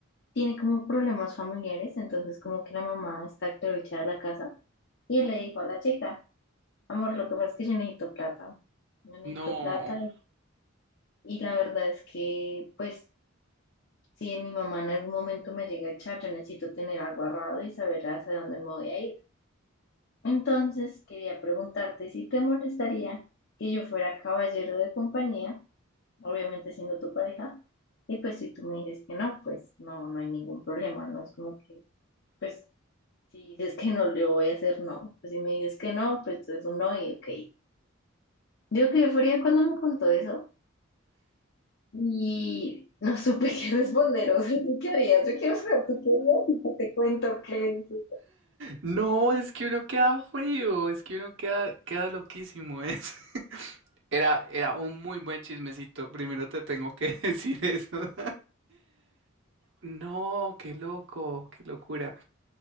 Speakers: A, on the left (about 55°); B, on the right (about 65°).
A: tiene como problemas familiares, entonces como que la mamá está que lo echa de la casa. Y él le dijo a la chica, amor, lo que pasa es que yo necesito plata. Yo necesito
B: No,
A: plata y la verdad es que pues Si mi mamá en algún momento me llega a echar, yo necesito tener algo ahorrado y saber hacia dónde me voy a ir. Entonces, quería preguntarte si te molestaría que yo fuera caballero de compañía, obviamente siendo tu pareja, y pues si tú me dices que no, pues no, no hay ningún problema, no es como que, pues si dices que no, le voy a hacer no, pues si me dices que no, pues es un no y ok. Yo qué fría cuando me contó eso. Y no supe qué responder, o sea, ¿tú qué harías? Yo quiero saber, ¿tú qué harías? Y pues te cuento qué le dije.
B: no, es que uno queda frío, es que uno queda, queda loquísimo, <laughs> es. Era, era un muy buen chismecito. Primero te tengo que <laughs> decir eso. <laughs> No, qué loco, qué locura.